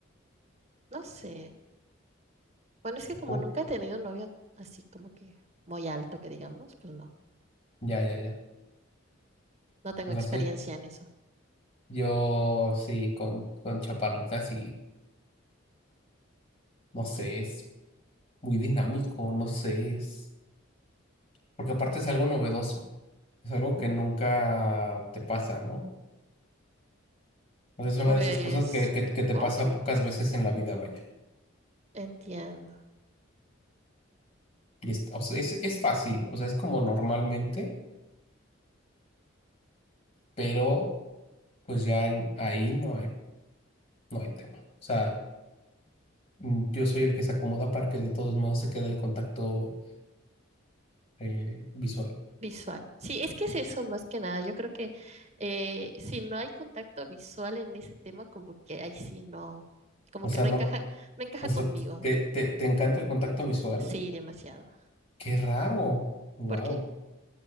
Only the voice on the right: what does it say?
No sé. Bueno, es que como
nunca he tenido un novio así como que muy alto, que digamos, pues no,
no tengo
experiencia
en eso.
Pues
supongo,
entiendo.
Visual. Sí, es que es eso más que nada. Yo creo que eh, si no hay contacto visual en ese tema, como que ahí sí no, como
que
no
encaja, no encaja
conmigo.
Sí, demasiado.
Porque